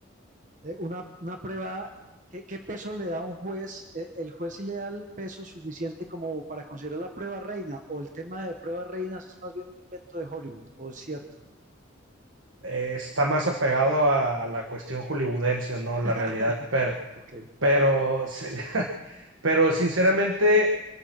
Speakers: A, on the right; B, on the right.
A: eh, una, una prueba, ¿qué, qué peso le da un juez? Eh, ¿El juez sí le da el peso suficiente como para considerar la prueba reina? ¿O el tema de pruebas reinas es más bien un invento de Hollywood? ¿O es cierto?
B: eh, está más apegado a, a la cuestión hollywoodense, ¿no?
A: <laughs>
B: La realidad, pero
A: Ok.
B: Pero, sí, <laughs> pero sinceramente,